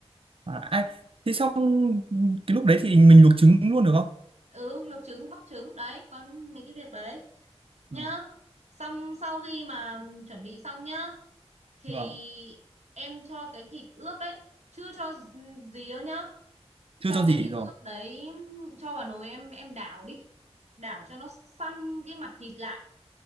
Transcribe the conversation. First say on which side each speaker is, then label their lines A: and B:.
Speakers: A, on the right; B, on the right.
A: à, ai thế xong cái lúc đấy thì mình luộc trứng luôn được không
B: ừ luộc trứng bóc trứng đấy có mấy cái việc đấy nhá
A: Ừ,
B: xong sau khi mà chuẩn bị xong nhá thì
A: vâng
B: em cho cái thịt ướp ấy chưa cho gì đâu nhá
A: chưa
B: cho
A: cho
B: cái
A: gì
B: thịt
A: rồi
B: ướp đấy cho vào nồi em em đảo đi đảo cho nó săn cái mặt thịt lại